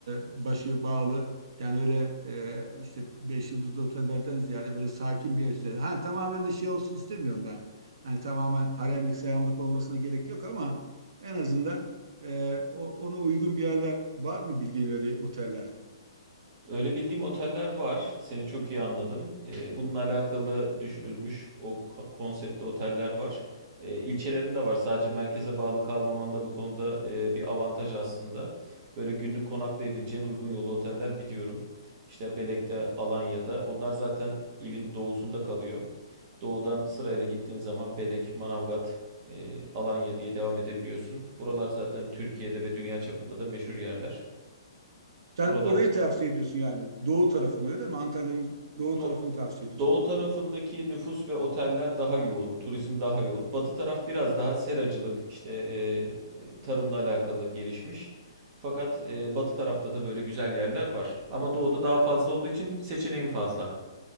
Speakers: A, on the right; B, on the right.
A: başı bağlı. Yani öyle e, işte beş yıldızlı otellerden ziyade böyle sakin bir yer istiyor. Ha tamamen de şey olsun istemiyorum ben. Hani tamamen haremlik selamlık olmasına gerek yok ama en azından e, o- ona uygun bir yerler var mı bildiğin öyle oteller?
B: Öyle bildiğim oteller var. Seni çok iyi anladım. Ee, bununla alakalı düşünülmüş o ko- konsepte oteller var. Ee, ilçelerinde var. Sadece merkeze bağlı kalmaman da bu konuda e, bir avantaj aslında. Böyle günlük konaklayabileceğin uygun yolu oteller biliyorum. İşte Belek'te, Alanya'da. Onlar zaten ilin doğusunda kalıyor. Doğudan sırayla gittiğin zaman Belek, Manavgat, e, Alanya diye devam edebiliyorsun. Buralar zaten Türkiye'de ve dünya çapında da meşhur yerler.
A: Sen
B: Buralar
A: orayı tavsiye ediyorsun yani. Doğu tarafını öyle mi? Antalya'nın doğu
B: Do-
A: tarafını tavsiye ediyorsun.
B: Doğu tarafındaki nüfus ve oteller daha yoğun, turizm daha yoğun. Batı taraf biraz daha seracılık, işte e, e, tarımla alakalı gelişmiş. Fakat e, batı tarafta da böyle güzel yerler var. Ama doğuda daha fazla
A: Var.
B: olduğu için seçeneğin fazla.